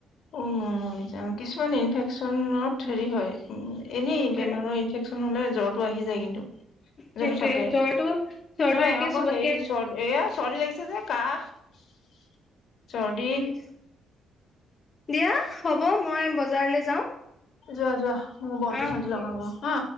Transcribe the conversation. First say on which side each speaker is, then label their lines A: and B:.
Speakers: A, on the left; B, on the left.
A: উ ম যা কিছুমান ইনফেকচনত হেৰি হয় উ এনেই
B: সেইটোয়ে
A: বেমাৰৰ ইনফেকচন হলে জ্বৰ আহি যায় কিন্তু
B: সেইটোয়ে
A: জৰটো থাকে
B: জ্বৰটো জ্বৰটো
A: নহ
B: একে
A: আকৌ
B: চবতকে
A: হেৰি চ এইয়া চৰ্দি লাগিছে যে কাহ <unintelligible> চদি
B: উম দিয়া হ'ব মই বজাৰলে যাওঁ
A: যোৱা যোৱা। ম বন্তি
B: অ
A: চন্তি
B: ঠিক
A: লগাওঁ
B: আছে
A: গে হা।